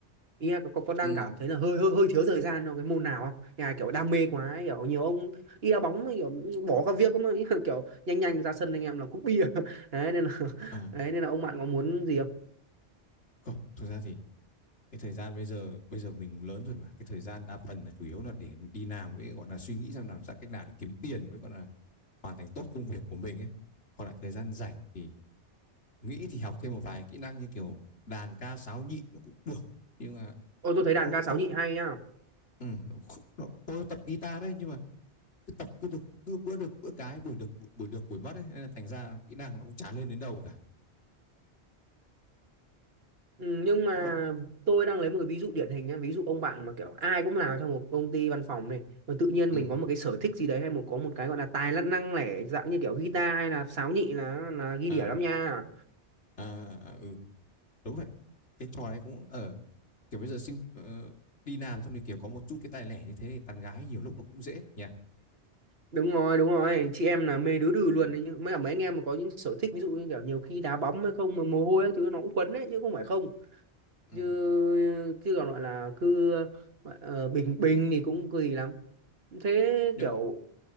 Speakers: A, on the right (about 60°); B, on the left (about 85°).
A: ý là có, có, có đang
B: ừ.
A: cảm thấy là hơi hơi hơi thiếu thời gian trong cái môn nào không nhà kiểu đam mê quá ấy, kiểu nhiều ông đi đá bóng ấy, kiểu bỏ các việc mà ý là kiểu nhanh nhanh ra sân anh em là cúp bia <laughs> đấy nên là <laughs>
B: à
A: đấy nên là ông bạn có muốn gì không
B: không thực ra thì cái thời gian bây giờ bây giờ mình lớn rồi mà cái thời gian đa phần là chủ yếu là để đi làm với gọi là suy nghĩ xem làm sao cách nào để kiếm tiền với gọi là hoàn thành tốt công việc của mình ấy còn lại thời gian rảnh thì nghĩ thì học thêm một vài kỹ năng như kiểu đàn ca sáo nhị nó cũng được nhưng mà
A: ôi tôi thấy đàn
B: nó
A: ca
B: cũng
A: sáo
B: không
A: nhị hay nhá
B: ừ, nó, nó, tôi tập guitar đấy nhưng mà cứ tập cứ được cứ bữa được bữa cái buổi được buổi được buổi mất ấy nên là thành ra kỹ năng nó cũng chả lên đến đâu cả
A: ừ, nhưng mà
B: Thế còn
A: tôi đang lấy một cái ví dụ điển hình nhá ví dụ ông bạn mà kiểu ai cũng làm trong một công ty văn phòng này mà tự nhiên
B: ừ,
A: mình có một cái sở thích gì đấy hay một có một cái gọi là tài năng lẻ dạng như kiểu guitar hay là sáo nhị là là ghi
B: à
A: đĩa lắm nha
B: à, à, ừ đúng đấy cái trò đấy cũng ở kiểu bây giờ sinh ờ, đi làm xong thì kiểu có một chút cái tài lẻ như thế thì tán gái nhiều lúc nó cũng dễ nha
A: đúng rồi đúng rồi chị em là mê đứa đừ luôn đấy nhưng mấy cả mấy anh em mà có những sở thích ví dụ như kiểu nhiều khi đá bóng hay không mà mồ hôi các thứ nó cũng quấn đấy chứ không phải không
B: ừ.
A: chứ chứ còn gọi là cứ ờ, bình bình thì cũng kỳ lắm thế
B: nhưng
A: kiểu
B: mà